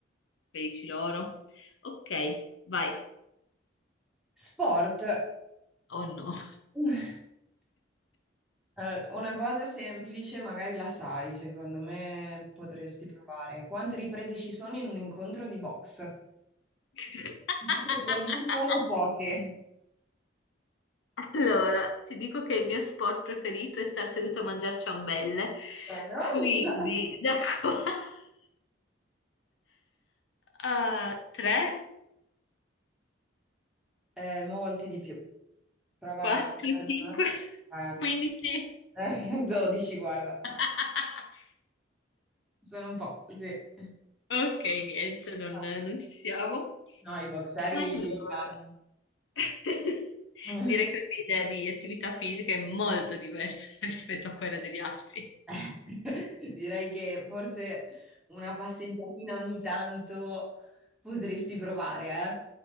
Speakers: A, on the left; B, in the centre.
A: felici loro. Ok, vai.
B: Sport.
A: Oh no.
B: <laughs> Eh, Una cosa semplice, magari la sai, secondo me potresti provare. Quante riprese ci sono in un incontro di box?
A: <laughs>
B: Dico che non sono poche.
A: Allora, ti dico che il mio sport preferito è star seduto a mangiare ciambelle,
B: Eh, no?
A: quindi da qua <laughs> a 3,
B: Eh, molti di più. Prova
A: 4,
B: a farmi
A: 5,
B: una. Eh,
A: 15.
B: no. Eh, <laughs> 12, guarda.
A: <laughs>
B: Sono un po' così.
A: Ok, niente, non,
B: No,
A: non ci siamo.
B: No, i boxeri
A: Allora,
B: vanno.
A: <laughs>
B: Eh,
A: direi che la mia idea di attività fisica è molto diversa <laughs> rispetto a quella degli altri.
B: <laughs> Direi che forse una passeggiatina ogni tanto potresti provare,